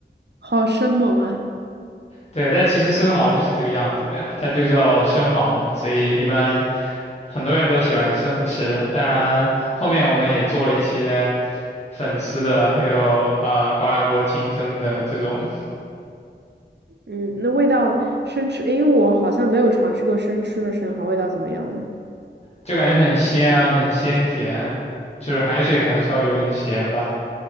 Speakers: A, on the right; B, on the left.
A: 好生猛啊！
B: 对，但其实生蚝就是这个样子的呀，它就叫生蚝嘛，所以一般很多人都喜欢生吃。当然，后面我们也做了一些粉丝的，还有啊、呃高压锅清蒸的这种，
A: 嗯，那味道生吃，因为我好像没有尝试过生吃的生蚝，味道怎么样呢？
B: 就感觉很鲜啊，很鲜甜，就是海水可能稍微有点咸吧。